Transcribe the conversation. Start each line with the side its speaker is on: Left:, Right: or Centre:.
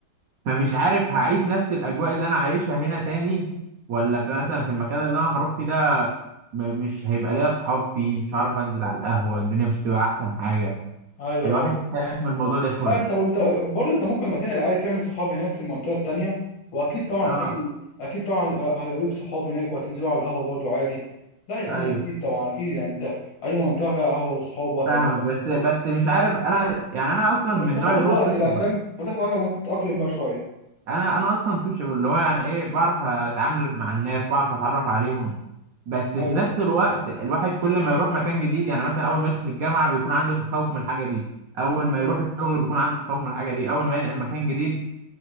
Right: فمش عارف هعيش نفس الاجواء اللي انا عايشها هنا تاني ولا في مثلا في المكان اللي انا هروح فيه ده م- مش هيبقى ليا اصحاب فيه مش هعرف انزل على القهوة الدنيا مش هتبقى احسن حاجة
Left: ايوه
Right: الواحد
Left: ايوه
Right: خايف من الموضوع ده شوية
Left: لا انت انت برضه انت ممكن ما تنقل عادي تعمل صحاب هناك في المنطقه التانيه واكيد طبعا
Right: اه
Left: هتعمل اكيد طبعا هيبقى ليك صحاب هناك وهتنزلوا على القهوه برضه عادي لا يا
Right: ايوه
Left: عم اكيد طبعا اكيد يعني انت اي منطقه فيها قهوه وصحاب وهتعمل
Right: فاهمك بس بس مش عارف انا يعني انا اصلا
Left: بس
Right: من النوع
Left: هتاخد
Right: اللي
Left: وقت
Right: هو السوشيبل
Left: بقى فاهم هتاخد وقت لما تتأقلم بقى شوية
Right: انا انا اصلا سوشيبل اللي هو يعني ايه بعرف اتعامل مع الناس بعرف اتعرف عليهم بس في
Left: ايوه
Right: نفس الوقت الواحد كل ما يروح مكان جديد يعني مثلا اول ما يدخل الجامعه بيكون عنده تخوف من الحاجه دي اول
Left: مم.
Right: ما يروح الشغل بيكون عنده تخوف من الحاجه دي اول ما ينقل مكان جديد